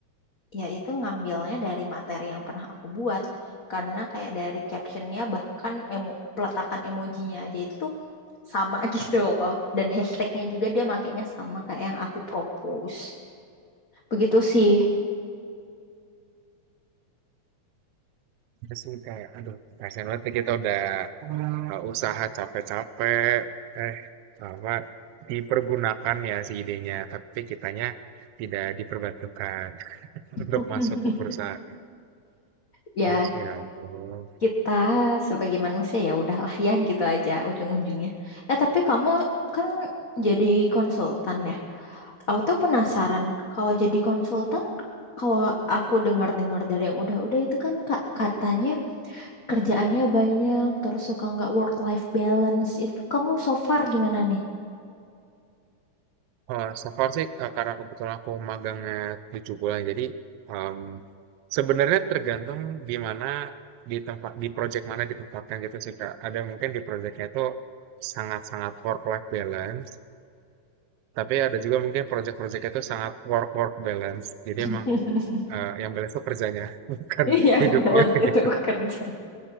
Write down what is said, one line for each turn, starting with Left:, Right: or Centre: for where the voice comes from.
Left: ya itu ngambilnya dari materi yang pernah aku buat karena kayak dari captionnya bahkan emo peletakan emojinya aja itu tuh sama <laughs> gitu loh dan hashtagnya juga dia makainya sama kayak yang aku propose begitu sih
Right: Terus ini kayak, aduh, kasihan banget nih kita udah uh, usaha capek-capek, eh, apa, dipergunakan ya si idenya, tapi kitanya tidak diperbantukan <laughs> untuk
Left: <laughs>
Right: masuk ke perusahaan.
Left: ya
Right: Ya, sih, ya ampun.
Left: kita sebagai manusia ya udahlah ya gitu aja ujung-ujungnya eh tapi kamu kan jadi konsultan ya aku tuh penasaran kalau jadi konsultan kalau aku dengar-dengar dari yang udah-udah itu kan ka- katanya kerjaannya banyak, terus suka nggak work-life balance. Itu kamu so far gimana nih?
Right: Eee, so far sih, eee, karena kebetulan aku magangnya 7 bulan, jadi, mmm, sebenarnya tergantung di mana, di tempat di project mana ditempatkan gitu sih, Kak. Ada mungkin di project itu sangat-sangat work life balance, tapi ada juga mungkin project project itu sangat work work balance. Jadi
Left: <laughs>
Right: emang, eee, yang balance itu kerjanya, <laughs> bukan
Left: Ya,
Right: hidupnya
Left: balance itu
Right: gitu.
Left: kerja.